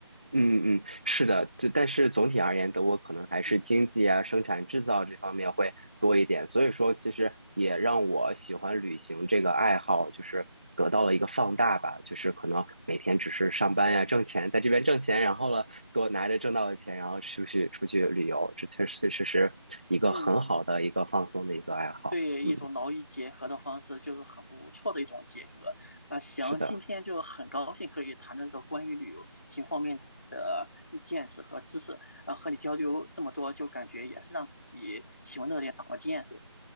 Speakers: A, on the right; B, on the left.
A: 嗯嗯，是的，这但是总体而言，德国可能还是经济啊、
B: 嗯
A: 生产制造这方面会多一点，所以说其实也让我喜欢旅行这个爱好，就是得到了一个放大吧，就是可能每天只是上班呀、挣钱，在这边挣钱，然后呢，多拿着挣到的钱，然后出去出去旅游，这确实确实是一个很好的一个放松的一个爱好。
B: 嗯，对，一种劳逸结合的方式就是很不错的一种结合。
A: 嗯，
B: 那行，
A: 是的。
B: 今天就很高兴可以谈论这关于旅游行方面的见识和知识，呃，和你交流这么多，就感觉也是让自己喜闻乐见，长了见识。